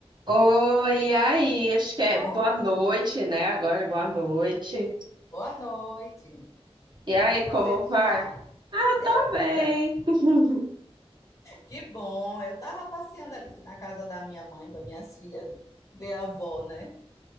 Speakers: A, on the right; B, on the left.
A: Oi, e aí, acho que é
B: Oi,
A: boa noite, né? Agora é boa noite.
B: boa noite.
A: E
B: Como
A: aí,
B: é que você
A: como
B: está?
A: vai? Ah, eu
B: Eita,
A: tô bem. <laughs>
B: que bom. Eu estava passeando ali na casa da minha mãe para minhas filhas ver a avó, né?